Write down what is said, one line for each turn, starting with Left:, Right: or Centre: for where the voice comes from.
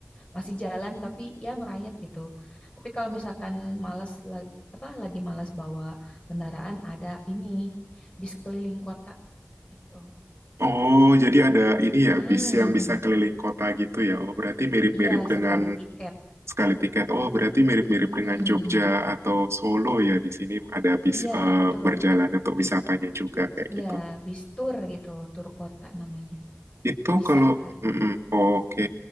Left: masih jalan tapi ya merayap gitu tapi kalau misalkan malas la- apa lagi malas bawa kendaraan ada ini bis keliling kota gitu
Right: Oh, jadi ada ini
Left: mm
Right: ya bis yang bisa keliling kota gitu ya. Oh, berarti mirip-mirip
Left: iya
Right: dengan
Left: sekali tiket
Right: sekali tiket. Oh, berarti mirip-mirip
Left: Mm-mm.
Right: dengan Jogja atau Solo ya. Di sini ada bis
Left: iya
Right: eh,
Left: betul
Right: berjalan untuk wisatanya juga kayak
Left: iya
Right: gitu.
Left: bis tur gitu tur kota namanya
Right: Itu
Left: bisa
Right: kalau
Left: kak
Right: mm-mm, oke.